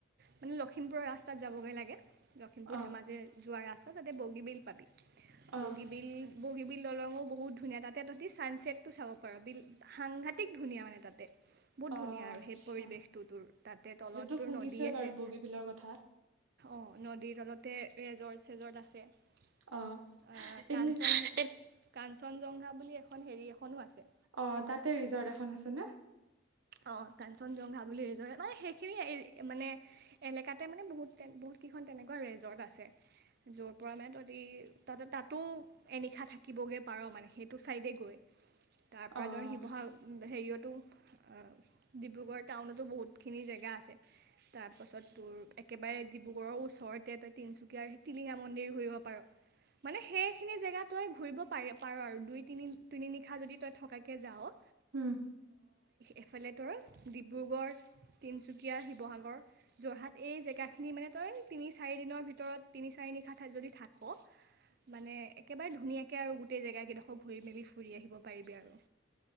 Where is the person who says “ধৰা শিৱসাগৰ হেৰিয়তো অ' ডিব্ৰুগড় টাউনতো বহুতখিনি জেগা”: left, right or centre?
Right